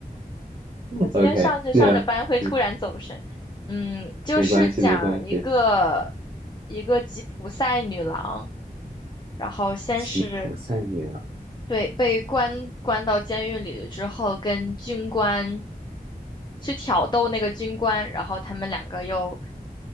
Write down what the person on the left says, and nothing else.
<laughs> 我今天上着上着班会突然走神。
嗯，就是讲一个
一个吉普赛女郎，然后先是
对，被关关到监狱里之后，跟军官去挑逗那个军官，然后他们两个又